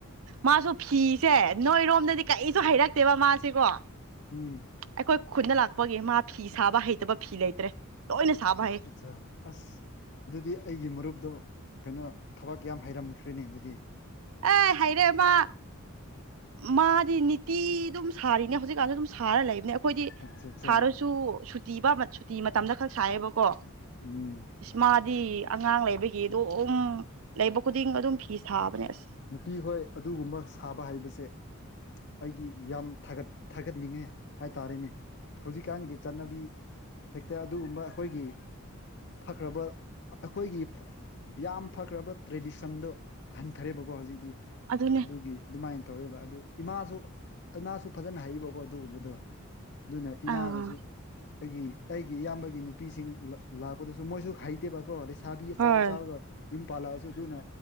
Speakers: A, on the right; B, on the left.
A: ꯃꯥꯁꯨ ꯐꯤꯁꯦ ꯅꯣꯏꯔꯣꯝꯗꯗꯤ ꯀꯔꯤꯁꯨ ꯍꯩꯔꯛꯇꯦꯕ ꯃꯥꯁꯤꯀꯣ
B: ꯎꯝ
A: ꯑꯩꯈꯣꯏ ꯈꯨꯟꯗ ꯂꯥꯛꯄꯒꯤ ꯃꯥ ꯐꯤ ꯁꯥꯕ ꯍꯩꯇꯕ ꯐꯤ ꯂꯩꯇ꯭ꯔꯦ꯫ ꯂꯣꯏꯅ ꯁꯥꯕ
B: ꯃꯇꯆꯥ
A: ꯍꯩ
B: ꯑꯁ, ꯑꯗꯨꯗꯤ ꯑꯩꯒꯤ ꯃꯔꯨꯞꯇꯣ ꯀꯩꯅꯣ ꯊꯕꯛ ꯌꯥꯝ ꯍꯩꯔꯝꯈ꯭ꯔꯦꯅꯦ ꯑꯗꯨꯗꯤ,
A: ꯑꯦ ꯍꯩꯔꯦ ꯃꯥ, ꯃꯥꯗꯤ ꯅꯤꯇꯤ ꯑꯗꯨꯝ ꯁꯥꯔꯤꯅꯦ ꯍꯧꯖꯤꯛꯀꯥꯟꯁꯨ ꯑꯗꯨꯝ ꯁꯥꯔ ꯂꯩꯕꯅꯦ ꯑꯩꯈꯣꯏꯗꯤ
B: ꯑꯠꯆꯥ ꯑꯠꯆꯥ
A: ꯁꯥꯔꯁꯨ ꯁꯨꯇꯤꯕ ꯁꯨꯇꯤ ꯃꯇꯝꯗ ꯈꯛ ꯁꯥꯏꯌꯦꯕꯀꯣ꯫
B: ꯎꯝ
A: ꯏꯁ ꯃꯥꯗꯤ, ꯑꯉꯥꯡ ꯂꯩꯕꯒꯤ ꯑꯗꯨꯝ ꯂꯩꯕ ꯈꯨꯗꯤꯡ ꯑꯗꯨꯝ ꯐꯤ ꯁꯥꯥꯕꯅꯦ ꯑꯁ,
B: ꯅꯨꯄꯤꯈꯣꯏ ꯑꯗꯨꯒꯨꯝꯕ ꯁꯥꯕ ꯍꯩꯕꯁꯦ, ꯑꯩꯗꯤ, ꯌꯥꯝ ꯊꯥꯒꯠ ꯊꯥꯒꯠꯅꯤꯡꯉꯦ ꯍꯥꯏꯇꯥꯔꯦꯅꯦ꯫ ꯍꯧꯖꯤꯛꯀꯥꯟꯒꯤ ꯆꯠꯅꯕꯤ ꯍꯦꯛꯇ ꯑꯗꯨꯒꯨꯝꯕ ꯑꯩꯈꯣꯏꯒꯤ ꯐꯈ꯭ꯔꯕꯥ ꯑꯩꯈꯣꯏꯒꯤ ꯌꯥꯝ ꯐꯈ꯭ꯔꯕꯥ ꯇ꯭ꯔꯦꯗꯤꯁꯟꯗꯣ ꯍꯟ ꯐꯔꯦꯕꯀꯣ ꯍꯧꯖꯤꯛꯇꯤ ꯑꯗꯨꯒꯤ
A: ꯑꯗꯨꯅꯦ
B: ꯑꯗꯨꯃꯥꯏꯅ ꯇꯧꯔꯤꯕ ꯑꯗꯨ ꯏꯃꯥꯁꯨ ꯏꯃꯥꯁꯨ ꯐꯖꯅ ꯍꯩꯕꯀꯣ ꯑꯗꯨꯒꯨꯝꯕꯗꯣ ꯑꯗꯨꯅ ꯏꯃꯥꯒꯁꯨ
A: ꯑꯥ
B: ꯑꯩꯒꯤ ꯑꯩꯒꯤ ꯏꯌꯥꯝꯕꯒꯤ ꯅꯨꯄꯤꯁꯤꯡ ꯂꯥꯛꯄꯗꯁꯨ ꯃꯣꯏꯁꯨ ꯍꯩꯇꯦꯕ ꯀꯣ ꯂꯩꯁꯥꯕꯤ ꯑꯆꯥꯎ
A: ꯍꯣꯏ
B: ꯆꯥꯎꯔꯒ ꯌꯨꯝ ꯄꯥꯜꯂꯛꯑꯁꯨ ꯑꯗꯨꯅ